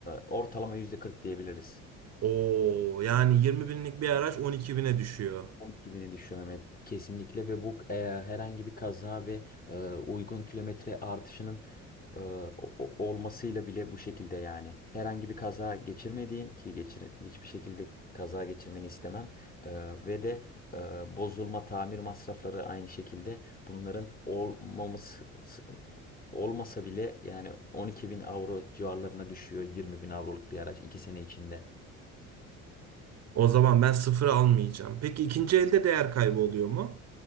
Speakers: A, on the left; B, on the right.
A: ortalama yüzde 40 diyebiliriz.
B: Oo yani 20 binlik bir araç 12 bine düşüyor.
A: 12 bini düşüyor Mehmet kesinlikle ve bu e, herhangi bir kaza ve e, uygun kilometre artışının e, o- o- olmasıyla bile bu şekilde yani. Herhangi bir kaza geçirmediğin ki geçir, hiçbir şekilde kaza geçirmeni istemem E, ve de e, bozulma tamir masrafları aynı şekilde bunların olmaması Olmasa bile yani 12 bin avro civarlarına düşüyor 20 bin avroluk bir araç 2 sene içinde.
B: O zaman ben sıfır almayacağım. Peki ikinci elde değer kaybı oluyor mu?